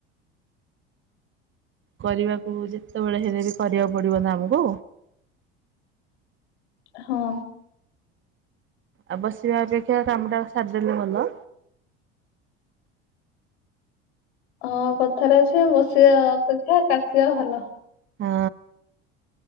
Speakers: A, on the right; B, on the left.
A: କରିବାକୁ ଯେତେବେଳେ ହେଲେ ବି କରିବାକୁ ପଡିବ ନା ଆମକୁ।
B: ହଁ।
A: ଆଉ ବସିବା ଅପେକ୍ଷା କାମ ଟା ସାରିଦେଲେ ଭଲ।
B: ହଁ କଥାରେ ଅଛି ବସିବା ଅପେକ୍ଷା କାଶିବା ଭଲ।
A: ହଁ।